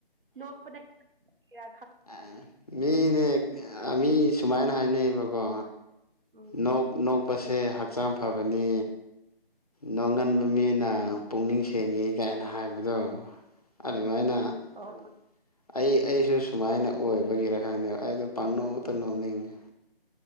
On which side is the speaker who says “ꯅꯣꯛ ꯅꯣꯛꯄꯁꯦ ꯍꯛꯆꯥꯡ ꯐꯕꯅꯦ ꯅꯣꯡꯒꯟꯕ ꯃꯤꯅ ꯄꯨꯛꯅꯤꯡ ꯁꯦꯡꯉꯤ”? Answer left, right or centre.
Left